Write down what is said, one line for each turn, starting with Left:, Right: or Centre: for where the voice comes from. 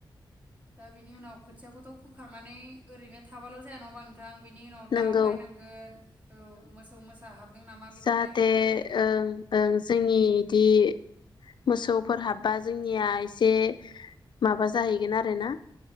Right: दा बिनि उनाव खोथियाखौथ' फोखांनानै ओरैनो थाबाल' जाया नङा होनबा नोंथां। बेनि उनाव
Left: नंगौ
Right: दाउ नायनांगोन औ मोसौ मोसा हाबदों नामा बेखौ
Left: जाहाथे
Right: नायनांगोन।
Left: ओं ओं जोंनि इदि मोसौफोर हाबबा जोंनिया एसे माबा जाहैगोन आरोना